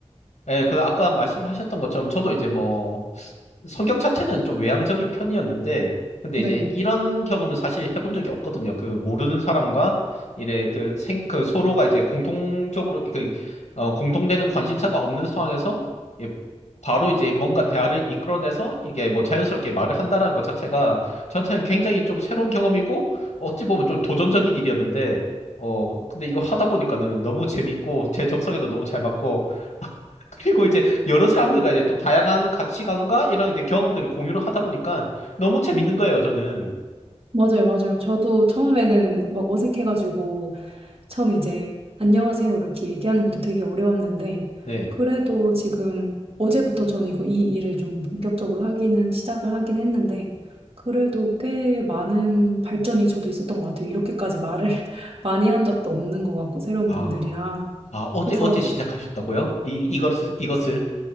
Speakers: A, on the left (about 80°); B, on the right (about 55°).
A: 예, 그 아까 말씀하셨던 것처럼 저도 이제 뭐 성격 자체는 좀 외향적인 편이었는데 근데
B: 네.
A: 이제 이런 경험은 사실 해본 적이 없거든요. 그 모르는 사람과 이래 그 생 그 서로가 이제 공통적으로 그 어, 공통되는 관심사가 없는 상황에서 예, 바로 이제 뭔가 대화를 이끌어내서 이게 뭐 자연스럽게 말을 한다라는 것 자체가 저한테는 굉장히 좀 새로운 경험이고 어찌 보면 좀 도전적인 일이었는데 어 근데 이거 하다 보니까는 너무 재밌고 제 적성에도 너무 잘 맞고 그리고 이제 여러 사람들과 이제 또 다양한 가치관과 이런 이제 경험들을 공유를 하다 보니까 너무 재밌는 거예요, 저는.
B: 맞아요, 맞아요. 저도 처음에는 막 어색해가지고 처음에 이제 안녕하세요 이렇게 얘기하는 것도 되게 어려웠는데
A: 네.
B: 그래도 지금 어제부터 저는 이거 이 일을 좀 본격적으로 하기는 시작을 하긴 했는데 그래도 꽤 많은 발전이 저도 있었던 것 같아요. 이렇게까지 말을 <laughs> 많이 한 적도 없는 것 같고 새로운
A: 아,
B: 분들이랑
A: 아, 어제,
B: 그래서
A: 어제 시작하셨다고요? 이, 이것을, 이것을?